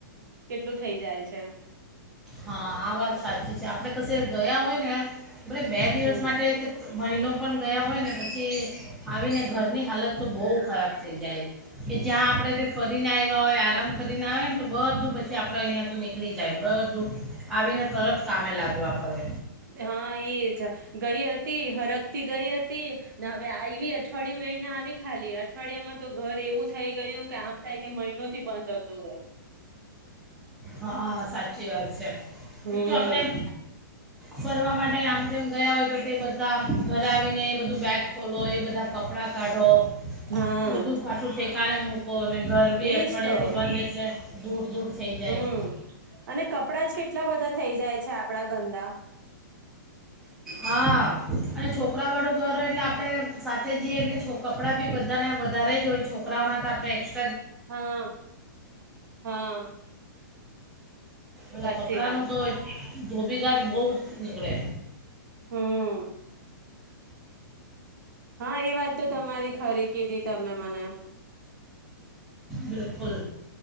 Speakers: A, on the right; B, in the centre.
A: કેટલું થઈ જાય છે.
B: હા આ વાત સાચી છે આપડે કશે ગયા હોય ને. બે દિવસ
A: હમ
B: માટે કે મહિનો પણ ગયા હોય ને પછી આવીને ઘરની હાલત તો બહુ ખરાબ થઈ જાય કે જ્યાં આપણે તે ફરીને આવ્યા હોય આરામ કરીને આવે ને તો બધું પછી આપણે અહીંયા તો નીકળી જાય બધું. આવીને તરત કામે લાગવા. ભલે
A: હા એ જ ગઈ હતી હરખ થી ગઈ હતી ને હવે આવી અઠવાડિયું જઈને આવી ખાલી અઠવાડિયામાં તો ઘર એવું થઈ ગયું કે આમ થાય કે મહિનો થી બંધ હ તો
B: હા સાચી વાત છે.
A: હમ
B: તો આપણે ફરવા માટે આમ તેમ ગયા હોય તો તે બધા ઘરે આવીને એ બધું બેગ ખોલો એ બધા કપડાં કાઢો
A: હા
B: બધું પાછું ઠેકાણે મૂક તો અને ઘર બી
A: એજ
B: અઠવાડિયાથી
A: તો
B: બંધ એટલે ધૂળ ધૂળ થઈ જાય.
A: હમ્મ અને કપડા જ કેટલા બધા થઇ જાય છે આપડા ગંદા.
B: હા અને છોકરા વાળું ઘર હોય એટલે આપડે સાથે જઈએ એટલે છો કપડાં બી બધા બધા ને વધારે જ હોય છોકરાઓના તો આપણે એક્સ્ટા
A: હા હા.
B: એટલે
A: સાચી
B: કપડાં
A: વાત
B: ન તો ધોબીગાટ બહુ જ નીકળે.
A: હમ હા એ વાત તો તમારી ખરી કીધી તમે મને.
B: બિલકુલ